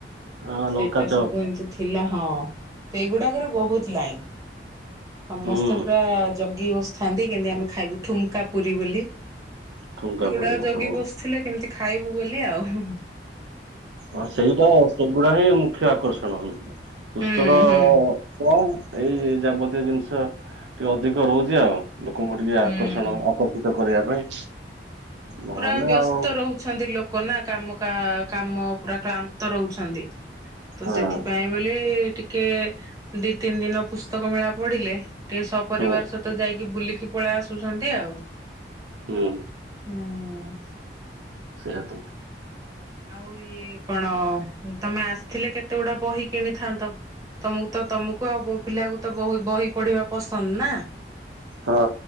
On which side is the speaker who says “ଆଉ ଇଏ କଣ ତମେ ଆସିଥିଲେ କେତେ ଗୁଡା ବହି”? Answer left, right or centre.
Right